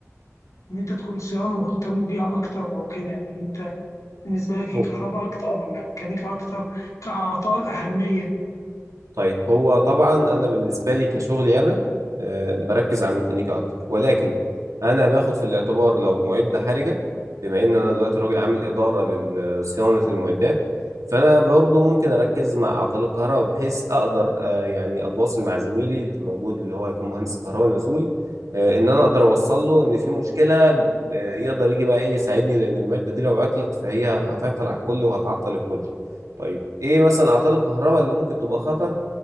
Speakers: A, on the left; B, on the right.
A: ان انت تكون صيانه مهتم بيها اكتر او كده يعني انت بالنسبه لك
B: هو
A: هي كهرباء اكتر ولا ميكانيكا اكتر كاعطال اهميه
B: طيب هو طبعا انا بالنسبه لي كشغلي انا آه، بركز على الميكانيكا اكتر ولكن انا باخد في الاعتبار لو معده حرجه بما ان انا دلوقتي راجل عامل اداره لصيانه المعدات فانا برضو ممكن اركز مع اعطال الكهرباء بحيث اقدر آه، يعني اتواصل مع زميلي اللي موجود اللي هو هيكون مهندس الكهرباء المسؤول آه، ان انا اقدر اوصل له ان في مشكله آه، يقدر يجي بقى ايه يساعدني لان المعده دي لو عطلت فهي هتعطل على الكل وهتعطل الكل طيب ايه مثلا اعطال الكهرباء اللي ممكن تبقى خطر